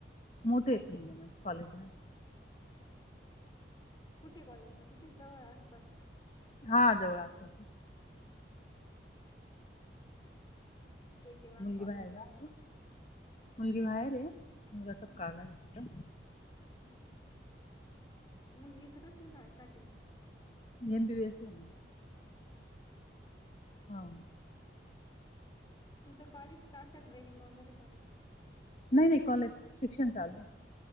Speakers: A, on the left; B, on the left.
A: मोठे येत मुलं माझ्या कॉलेजला
B: कुठे कॉलेजला तिथेच जाव आसपास
A: हा जवळ आसपास
B: के के वा
A: मुलगी
B: कॉलेज
A: बाहेर
B: वगैरे
A: का आहे मुलगी बाहेर आहे मुलगा सब
B: हम्म
A: काला आहे
B: हम्म मुलगीच कसल्या साठी
A: नेम पी वसला
B: ब का
A: हो
B: तिचं कॉलेज कं ट्रेनिंग वगैरे चाल
A: नाही नाही कॉलेज शिक्षण चालू आहे